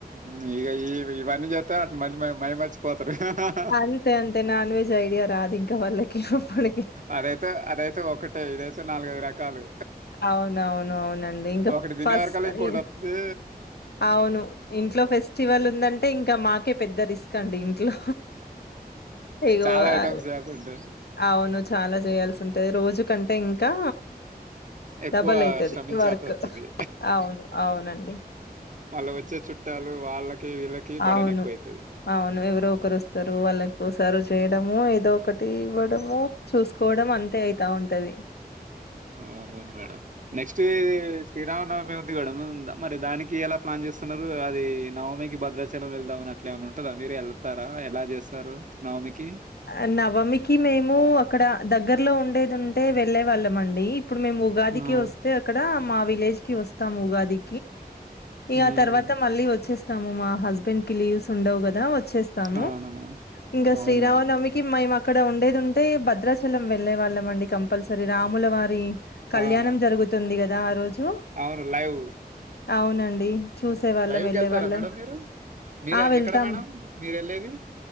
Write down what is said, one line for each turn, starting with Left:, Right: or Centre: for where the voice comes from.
Right: ఊ ఇగ ఈ ఇవన్నీ చేత్త అట్ మ మైమర్చిపోత హహహ
Left: అంతే అంతే నాన్ వెజ్ ఐడియా రాదు ఇంకా వాళ్ళకి అప్పటికి
Right: అదైతే అదైతే ఒకటే ఇదైతే నాలుగైదు రకాలు
Left: అవునవును అవునండి ఇంక
Right: ఒకటి తినే
Left: ఫస్
Right: వరకల్లా ఇంకోటి
Left: ఇ
Right: వత్తది
Left: అవును ఇంట్లో ఫెస్టివల్ ఉందంటే ఇంకా మాకే పెద్ద రిస్క్ అండి ఇంట్లో ఇగో
Right: చాలా ఐటమ్స్
Left: ఆ
Right: చేస్తుంటాయి
Left: అవును చాలా చేయాల్సి ఉంటది రోజు కంటే ఇంకా
Right: ఎక్కువ
Left: డబల్ అయితది
Right: శ్రమించాల్సి
Left: వర్క్
Right: వస్తది
Left: అవును అవునండి
Right: వాళ్ళు వచ్చే చుట్టాలు వాళ్ళకి వీళ్ళకి బడన్
Left: అవును
Right: ఎక్కువ అయితది
Left: అవును ఎవరు ఒకరు వస్తారు వాళ్ళకు సరువు చేయ వడము ఏదో ఒకటి ఇవ్వడము చూసుకోవడం అంతే అయితా ఉంటది
Right: అవును మేడం నెక్స్ట్ శ్రీరామనవమి ఉంది మేడం ద మరి దానికి ఎలా ప్లాన్ చేస్తున్నారు అది నవమికి భద్రాచలం వెళ్దామ అని అట్లా ఏమన్న ఉంటందా మీరు వెళ్తారా ఎలా చేస్తారు నవమికి
Left: ఆ నవమికి మేము అక్కడ దగ్గరలో ఉండే దుంటే వెళ్లే వాళ్ళం అండి ఇప్పుడు మేము ఉగాదికి
Right: ఆ
Left: వస్తే అక్కడ మా విలేజ్ కి వస్తాము ఉగాది ఇగ
Right: హ్మ్.
Left: ఆ తరువాత మళ్ళి వచ్చేస్ తము మా హస్బెండ్ కి లీవ్స్ ఉండవు కదా వచ్చేస్తాము
Right: అవునా మేడం.
Left: ఇంగస్
Right: అవునా!
Left: శ్రీరామనమికి మేము అక్కడ ఉండేది ఉంటే బద్ భద్రాచలం వెళ్లే వాళ్ళం అండి కంపల్సరీ రాముల వారి కళ్యాణం
Right: అవునా!
Left: జరుగుతుంది కద ఆ రోజు
Right: అవును లైవ్
Left: అవునండి చూసే వాళ్ళం
Right: లైవ్‌కెళ్తారా
Left: వెళ్ళే వాళ్ళం
Right: మేడం మీరు? మీరే
Left: ఆ వెళ్తామ్
Right: ఎక్కడ మేడం మీరెళ్ళేది?